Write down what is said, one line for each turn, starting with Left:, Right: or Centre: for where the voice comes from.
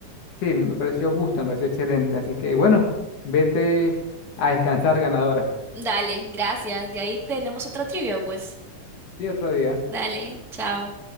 Left: sí, me pareció justo, me pareció excelente, así que bueno, vete a descansar, ganadora.
Centre: Dale, gracias. De ahí tenemos otra trivia, pues.
Left: Sí, otro día.
Centre: Dale, chao.